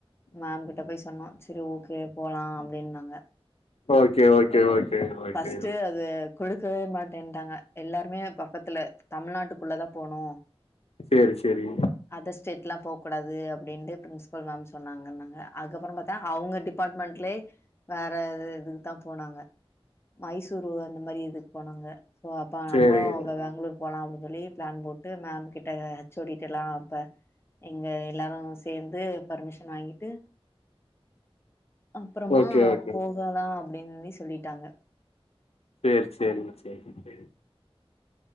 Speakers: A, on the left; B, on the left.
A: மேம் கிட்ட போய் சொன்னோ செரி ஓகே போலாம் அப்டின்னாங்க
B: okay okay okay okay
A: first அது குடுக்கவே மாட்டேன்டாங்க எல்லாருமே பக்கத்துல தமிழ்நாட்டுக்குள்ள தா போனு
B: சேரி சேரிங்
A: அதர் ஸ்டேட்லா போ கூடாது அப்டின்ட்டு பிரின்சிபல் மேம் சொன்னாங்கனாங்க அதுக்கப்பறோ பாத்தா அவுங்க டிபார்ட்மெண்ட்லே வேற எது இதுக்கு தா போனாங்க மைசூரு அந்த மாரி இதுக்கு போனாங்க சோ அப்ப நம்மளு
B: சேரிங்க
A: பா பெங்களூரு போலா அப்டின் சொல்லி ப்ளான் போட்டு மேம் கிட்ட ஹெச்சோடிக்கிட்டலா அப்ப எங்க எல்லாரு சேர்ந்து பர்மிஷன் வாங்கிட்டு அப்பறமா
B: ஓகே ஓகே
A: போகலா அப்டின்னே சொல்லிட்டாங்க
B: சேரி சேரிங்க சேரிங்க சேரிங்